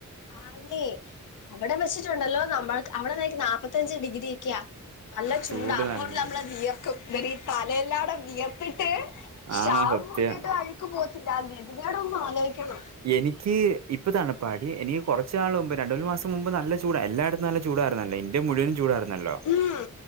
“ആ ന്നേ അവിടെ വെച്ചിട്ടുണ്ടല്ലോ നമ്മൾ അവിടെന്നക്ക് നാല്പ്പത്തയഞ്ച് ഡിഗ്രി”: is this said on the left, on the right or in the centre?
Left